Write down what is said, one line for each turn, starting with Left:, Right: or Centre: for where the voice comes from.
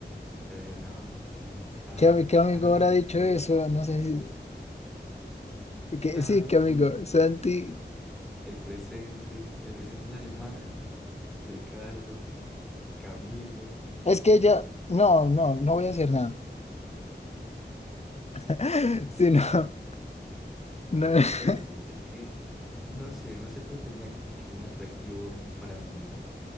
Centre: pero yo no, no, sí, está,
Left: ¿qué, ami- qué amigo
Centre: está normal,
Left: habrá dicho
Centre: está normal.
Left: eso? No sé si... Que,
Centre: Santi,
Left: sí, qué amigo. Santi.
Centre: el presente, el presente en la llamada, Ricardo, Camilo.
Left: Es que ella, no, no, no voy a decir nada. <laughs> Sí, no, no.
Centre: Pues
Left: <laughs>
Centre: es que, es que, no sé, no sé, pero tenía como que un atractivo para mí, ¿no?